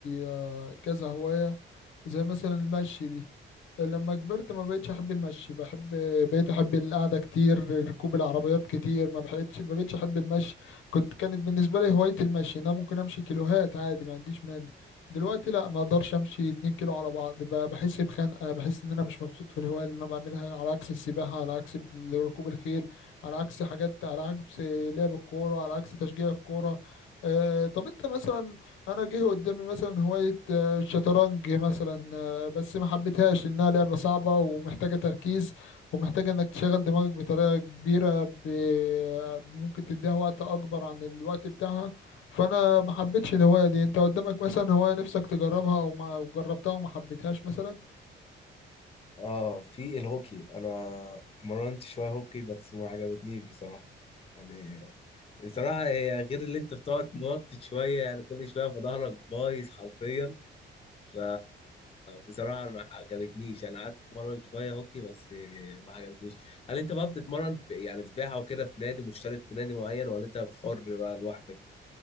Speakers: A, on the left; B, on the left.
A: آه، كذا هواية زي مثلا المشي دي لما كبرت ما بقتش احب المشي بحب بقيت احب القعده كتير ركوب العربيات كتير ما بقتش ما بقتش احب المشي كنت كانت بالنسبه لي هوايه المشي إن انا ممكن امشي كيلوهات عادي ما عنديش مانع دلوقتي لا ما اقدرش امشي 2 كيلو على بعض ب- بحس بخنقه بحس ان انا مش مبسوط في الهوايه اللي انا بعملها على عكس السباحه على عكس ال- ركوب الخيل على عكس حاجات على عكس لعب الكوره على عكس تشجيع الكوره آه، طب انت مثلا انا جه قدامي مثلا هوايه الشطرنج مثلا آه، بس ما حبيتهاش لأنها لعبة صعبة ومحتاجة تركيز ومحتاجة إنك تشغل دماغك بطريقة كبيرة ب... ممكن تديها وقت أكبر عن الوقت بتاعها فأنا ما حبيتش الهواية دي أنت قدامك مثلا هواية نفسك تجربها أو ما أو جربتها وما حبيتهاش مثلا
B: اه في الهوكي انا اتمرنت شويه هوكي بس ما عجبتنيش بصراحه يعني بصراحة هي غير اللي انت بتقعد موطي شوية يعني كل شوية فظهرك بايظ حرفيا ف بصراحة ما عجبتنيش انا قعدت اتمرن شوية هوكي بس ما عجبتنيش هل انت بقى بتتمرن في يعني سباحة وكده في نادي مشترك في نادي معين ولا انت في حر بقى لوحدك